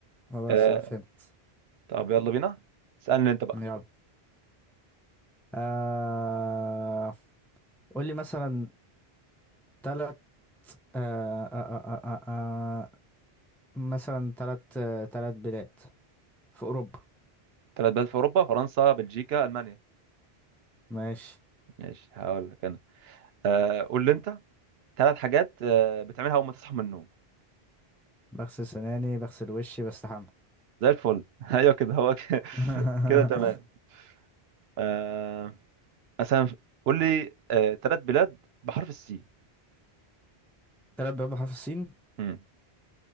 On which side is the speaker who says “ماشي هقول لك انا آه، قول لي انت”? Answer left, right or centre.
Right